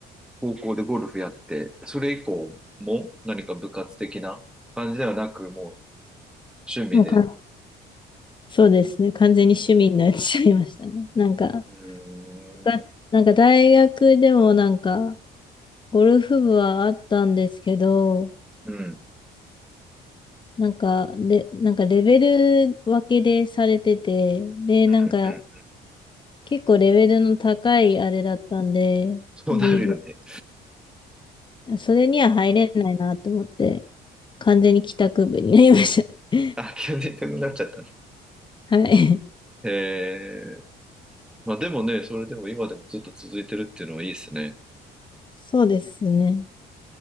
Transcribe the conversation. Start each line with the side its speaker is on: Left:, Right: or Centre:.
Centre: 高校でゴルフやって、それ以降も何か部活的な感じではなく、もう趣味で。
Left: もうかそうですね。完全に趣味になっちゃいましたね。なんか、
Centre: うーん、
Left: が、なんか大学でもなんか、ゴルフ部はあったんですけど、
Centre: うん、うん、
Left: なんか、で、なんかレベル分けでされてて、で、なんか
Centre: うん。
Left: 結構レベルの高いあれだったんで、
Centre: そうなるよね。
Left: リーグ、それには入れないなと思って、完全に帰宅部になりました。
Centre: あ、急に痛くなっちゃったね。
Left: <laughs> はい。
Centre: えー、まあでもね、それでも今でもずっと続いてるっていうのはいいですね。
Left: そうですね。